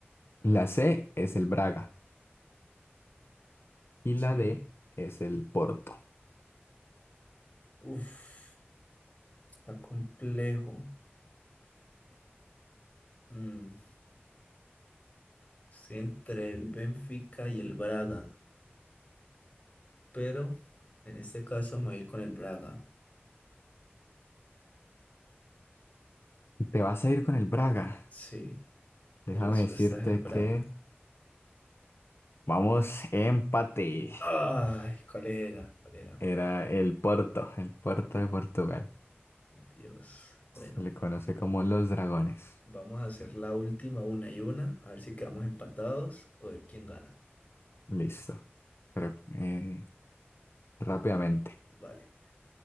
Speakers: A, on the left; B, on the left.
A: La C es el Braga. Y
B: sí.
A: la D es el Porto.
B: Uf. Está complejo. Mm, Estoy entre el Benfica y el Braga, pero en este caso me voy a ir con el Braga.
A: Te vas a ir con el Braga.
B: Sí,
A: Déjame
B: mi respuesta
A: decirte
B: es el Braga.
A: que vamos empate.
B: Ay, ¿cuál era? ¿Cuál era? ¿Cuál
A: Era
B: era?
A: el Porto, el Porto de Portugal.
B: Dios. Bueno,
A: Se le conoce como los dragones.
B: vamos a hacer la última una y una, a ver si quedamos empatados o ver quién gana.
A: Listo. Pero eh, rápidamente.
B: Vale.